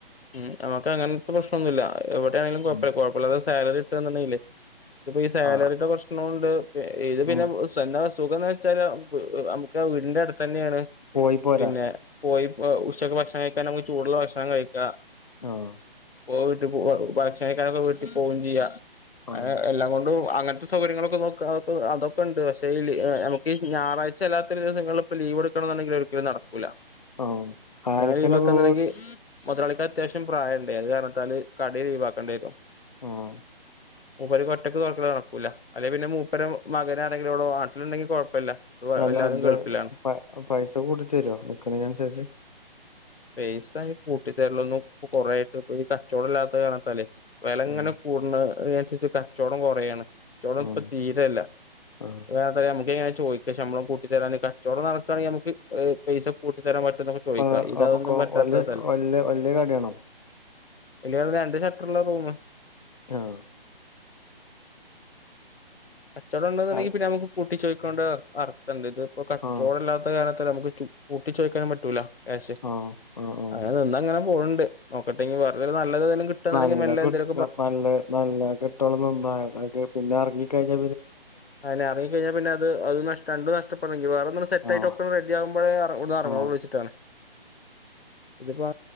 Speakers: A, on the left; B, on the left.
A: ഉം് നമ്മക്ക് അങ്ങനത്തെ പ്രശ്നംൊന്നുമില്ല എവിടെ ആണെങ്കിലും കുഴപ്പമില്ല
B: ഉം
A: കുഴപ്പമില്ലാതെ സാലറി ഇട്ടുകണ്ടെേ ഇതിപ്പോൊ ഈ സാലറിയുടെ
B: ആഹ്
A: പ്രശ്നുണ്ട് ഏത് പിന്നെന്താ
B: ഉം
A: സുഖ എന്ന വെച്ചാൽ നമുക്ക് വീടിന്റെ അടുത്ത് തന്നെയാണ്
B: പോയി പോരാ
A: പിന്നെ പോയി ഉച്ചക്ക് ഭക്ഷണം കഴിക്കാൻ നമുക്ക് ചൂടുള്ള ഭക്ഷണം കഴിക്കാം
B: ആഹ
A: പോട്ട ഭക്ഷണേക്കാരൊക്കെ വീട്ടിൽ പോുകയും ചെയ്യാം
B: ആഹ്
A: അങ്ങനെ എല്ലാം കൊണ്ടും അങ്ങനത്തെ സൗകര്യങ്ങളൊക്കെ നോക്ക അെ അതൊക്കെണ്ട് പക്ഷെേഈ നമുക്ക് ഞായറഴ്ചല്ലത്ത ദിവസങ്ങള ഇൾ ലീവ് എടു ുണ്ടെങ്കിൽ ഒരിക്കലും നടക്കൂല
B: ആഹ് ആരൊക്കെണ്ട്
A: ഞാൻ ഈ വക്കുണ്ടെങ്കി
B: പോ
A: മുതലാളിക്ക് അത്യാവശ്യം പ്രായമണ്ട് ഏത് കാരണാ കയി ലീിവാക്കേണ്ടി വരും
B: ആഹ
A: മൂപ്പ കൊറ്റക്ക് തുറക്ക കണക്കൂല്ല അല്ലെ പിന്നെ മൂപ്പര മകന ആരെങ്കിലും എ ആട്ടിലുണ്ടെങ്കിൽ കുഴപ്പമില്ല ഇത്
B: അല്ല
A: എല്ലാരും
B: ഇന്ത്
A: ഗൾഫിലാണ്
B: പൈസ കൂടുത്ത തരുമോ നിക്കുന്നന് അനുസരിച്ച്
A: പൈസ കട്ടിത്തെരലൊന്നും കൊറോയിട്ട് ഇ ഈ കച്ചവടം ഇല്ലാത്ത കാണത്തല്ലേ വില ഇങ്ങനെ
B: ഉം
A: കൂട അനുരിച്ചച്ച് കച്ചവടം കുറയാണ് കച്ചവടം
B: ഉം
A: ഇപ്പ തീരല്ലത്ര
B: ആഹ്
A: നമുക്ക്ങ്ങ ചോദിക്ക ശമ്പള കൂി തരാനൊക്കെ ചോട നടക്കുകയാണെങ്കിൽ നമുക്ക് പൈസ കൂട്ടിത്തരാൻ പറ്റും എന്നൊക്കെ ചോദിക്കാം
B: ആ
A: ഇതതൊന്നും
B: അപ്പൊക്കൊ
A: പറ്റാത്തതല്ല
B: വല്യ വല്യ വല്യ കടയാണോ
A: ഇല്ല രണ്ട് ഷട്ടർള്ള റൂം
B: ആഹ
A: കച്ചവടംണ്ടെന്നുണ്ടെങ്കിൽ
B: അൽ
A: പിന്നെ നമക്ക് കൂട്ടി ചോദിക്കൊണ്ട് അർത്മണ്ട് ഇതിപ്പോൾ കച്ചവടമല്ലാത്ത
B: ആഹ്
A: കാലത്ത് നമു പൂട്ടിച്ച ചോയ്ക്കാൻ പറ്റൂല ക്യാ്
B: ആഹ് ആഹ് ആഹ്
A: അങ്ങനെ നിന്ന അങ്ങനെ പോകണ്ട് നോക്കട്ടെങ്കിൽ വെറുതെ നല്ലത്ന്തെലിലും കട്ടന്നുണ്ടെങ്കിൽ
B: നല്ല
A: മല്ല
B: കിട്ട്
A: എന്തെങ്കിലും
B: നല്ല നല്ല കിട്ടുണ്ടക്ക് പിന്നെ ഇറങ്ങ കഴിഞ്ഞ
A: അങ്ങെ ഇറങ്ങി കഴിഞ്ഞാ പിന്ന അത് അത് നഷ്ട രണ്ട് നഷ്ടടമെങ്ക വേറെൊന്ന സെറ്റായിട്ട്ക്കെ
B: ആഹ്
A: ഡിയകുമ്പോററങ്ങണം
B: ആഹ്
A: വിളിച്ചിട്ടാണ് ഇതിപ്പോ